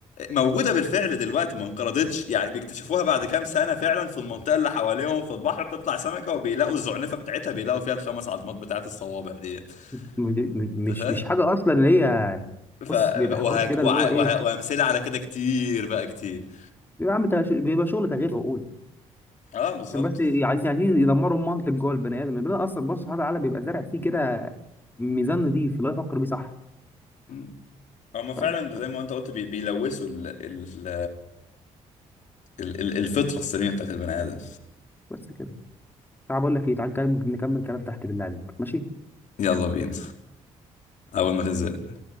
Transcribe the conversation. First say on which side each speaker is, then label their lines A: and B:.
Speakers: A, on the left (about 70°); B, on the left (about 15°).
A: موجودة بالفعل دلوقتي ما انقرضتش يعني بيكتشفوها بعد كام سنة فعلا في المنطقة اللي حواليهم في البحر بتطلع سمكة وبيلاقوا الزعنفة بتاعتها بيلاقوا فيها الخمس عظمات بتاعت الصوابع ديت
B: م- م-
A: انت
B: مش
A: فاهم؟
B: مش حاجه اصلا اللي هي
A: ف...
B: بص
A: ف-
B: بيبقى
A: وهك...
B: حوار كده
A: وع...
B: اللي هو ايه
A: وه... وأمثلة على كده كتير بقى كتير
B: بيبقى عم تش- بيبقى شغل تغيير عقول
A: اه بالظبط
B: عشان بس ي- عايزين عايزين يدمروا المنطق جوه البني ادم البني ادم اصلا بص سبحانه وتعالى بيبقى زارع فيه كده ميزان نضيف اللي هو يفكر بيه صح
A: مم. هما فعلا
B: فاهم بس
A: زي ما انت قلت بي... بيلوثوا ال... ال... ال... ال- الفطرة السليمة بتاعت البني آدم
B: بس كده تعال بقول لك ايه تعال نكمل نكمل كلام تحت بالله عليك ماشي
A: يلا بينا أول ما تنزل